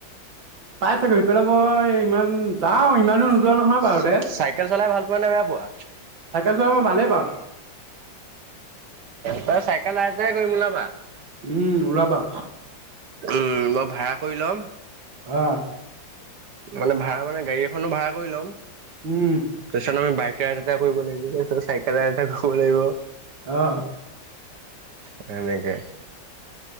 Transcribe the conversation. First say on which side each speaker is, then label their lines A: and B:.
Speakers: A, on the right (about 80°); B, on the right (about 65°).
A: পাই চাগৈ সেইফালে মই ইমান যাওঁ ইমানো <inaudible> বাৰুতে
B: <unintelligible> চাইকেল চলাই ভাল পোৱা নে বেয়া পোৱা
A: চাইকেল চলাই মই ভালেই পাওঁ
B: তাই চাই <unintelligible> কৰিম ওলাবা?
A: উম ওলাবা।
B: উম মই ভাড়া কৰি ল'ম!
A: অ।
B: মানে ভাড়া মানে গাড়ী এখনো ভাড়া কৰি ল'ম।
A: উম
B: তাছত আমি বাইক <unintelligible> এটা কৰিব লাগিব তাৰিছত চাইকেলাৰ এটা কৰিব লাগিব।
A: আহ।
B: শেনেকে